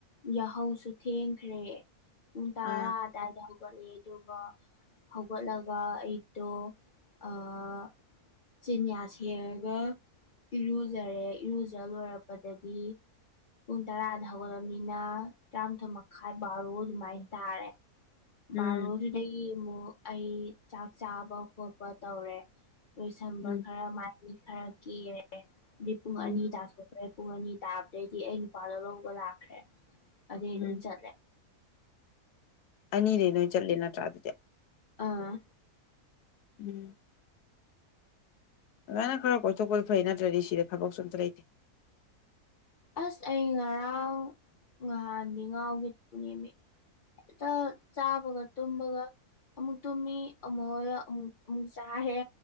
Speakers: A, on the left; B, on the left.
A: ꯌꯥꯍꯧꯁꯨ ꯊꯦꯡꯈ꯭ꯔꯦ ꯄꯨꯡ ꯇꯔꯥ
B: ꯑꯥ
A: ꯑꯗꯥꯏ ꯗ ꯍꯧꯒꯠꯂꯦ ꯑꯗꯨꯒ ꯍꯧꯒꯠꯂꯒ ꯑꯩꯗꯣ ꯑꯥ ꯆꯤꯟꯌꯥ ꯁꯦꯡꯉꯒ ꯏꯔꯨꯖꯔꯦ ꯏꯔꯨꯖ ꯂꯣꯏꯔ ꯄꯗꯥꯒꯤ ꯄꯨꯡ ꯇꯔꯥꯗ ꯍꯧꯒꯠꯂꯕꯅꯤꯅ ꯇꯔꯥꯃꯥꯊꯣꯏ ꯃꯈꯥꯏ ꯕꯥꯔꯣ ꯑꯗꯨꯃꯥꯏ ꯇꯥꯔꯦ
B: ꯎꯝ
A: ꯕꯥꯔꯣꯗꯨꯗꯥꯒꯤ ꯑꯃꯨꯛ ꯑꯩ ꯆꯥꯛ ꯆꯥꯕ ꯈꯣꯠꯄ ꯇꯧꯔꯦ ꯂꯣꯏꯁꯟꯕ
B: ꯎꯝ
A: ꯈꯔ ꯃꯥꯏ ꯃꯤꯠ ꯈꯔ ꯀꯦꯔꯦ ꯑꯗꯨ ꯄꯨꯡ
B: ꯎꯝ
A: ꯑꯅꯤ ꯇꯥꯊꯣꯛ ꯑꯗꯩ ꯄꯨꯡ ꯑꯅꯤ ꯇꯥꯕꯗꯩꯗꯤ ꯑꯩ ꯅꯨꯄꯥꯗꯣ ꯂꯧꯕ ꯂꯥꯛꯈ꯭ꯔꯦ ꯑꯗꯩ
B: ꯎꯝ
A: ꯑꯗꯨꯝ ꯆꯠꯂꯦ
B: ꯑꯅꯤꯗꯩ ꯅꯣꯏ ꯆꯠꯂꯦ ꯅꯠꯇ꯭ꯔꯥ ꯑꯗꯨꯗꯤ
A: ꯑꯥ
B: ꯎꯝ ꯑꯗꯨꯃꯥꯏꯅ ꯈꯔ ꯀꯣꯏꯊꯣꯛꯄꯅ ꯐꯩ ꯅꯠꯇ꯭ꯔꯥꯗꯤ ꯁꯤꯗꯥ ꯊꯕꯛꯁꯨ ꯑꯝꯇꯥ ꯂꯩꯇꯦ
A: ꯑꯁ ꯑꯩ ꯉꯔꯥꯡ ꯉꯍꯥꯟ ꯃꯤ ꯉꯥꯎꯒꯦ <inaudible> ꯅꯦꯃꯤ ꯍꯦꯛꯇꯥ ꯆꯥꯕꯒꯥ ꯇꯨꯝꯕꯒꯥ ꯑꯃꯨꯛ ꯇꯨꯝꯃꯤ ꯑꯃꯨꯛ ꯍꯣꯌꯥ ꯑꯃꯨꯛ ꯑꯃꯨꯛ ꯆꯥꯔꯦ